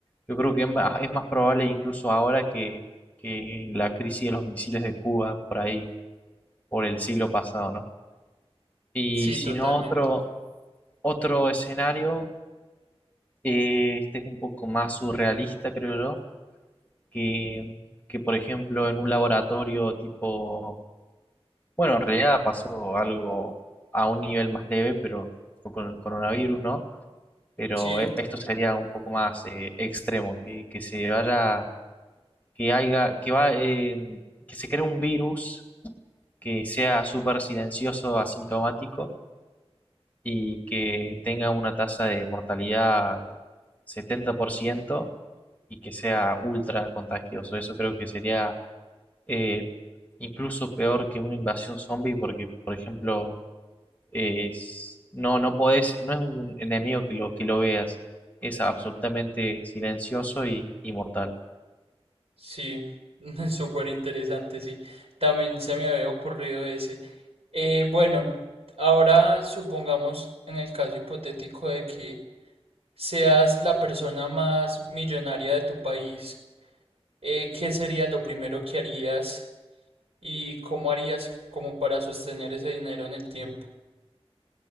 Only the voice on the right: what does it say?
sí,
totalmente.
Sí,
sí, <laughs> súper interesante, sí. También se me había ocurrido ese. Eh, bueno, ahora supongamos en el caso hipotético de que seas la persona más millonaria de tu país, eh, ¿qué sería lo primero que harías y cómo harías como para sostener ese dinero en el tiempo?